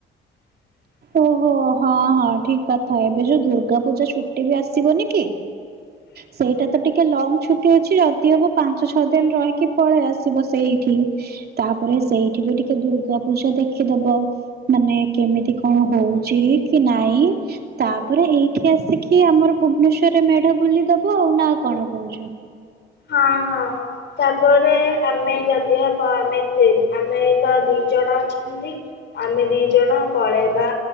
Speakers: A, on the left; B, on the right.
A: <inaudible>
B: ଓହୋ, ହଁ ହଁ, ଠିକ୍ କଥା, ଏବେ ଯୋଉ ଦୁର୍ଗା ପୂଜା ଛୁଟି ବି ଆସିବନି କି
A: <inaudible>
B: ସେଇଟା ତ ଟିକେ ଲଙ୍ଗ ଛୁଟି ଅଛି, ଯଦି ହବ ପାଞ୍ଚ ଛଅ ଦିନ ରହିକି ପଳେଇ ଆସିବ ସେଇଠି। ତାପରେ ସେଇଠି ବି ଟିକେ ଦୁର୍ଗା ପୂଜା ଦେଖିଦବ, ମାନେ କେମିତି କଣ ହଉଚି, କି ନାଇଁ ତାପରେ ଏଇଠି ଆସିକି ଆମର ଭୁବନେଶ୍ୱରରେ ମେଢ ବୁଲି ଦବ ଆଉ, ନା କଣ କହୁଚ?
A: ହଁ ହଁ, ତାପରେ ଆମେ ଯଦି ହବ, ଆମେ ଦି ଆମେ ତ ଦି ଜଣ ଅଛନ୍ତି। ଆମେ ଦି ଜଣ ପଳେଇବା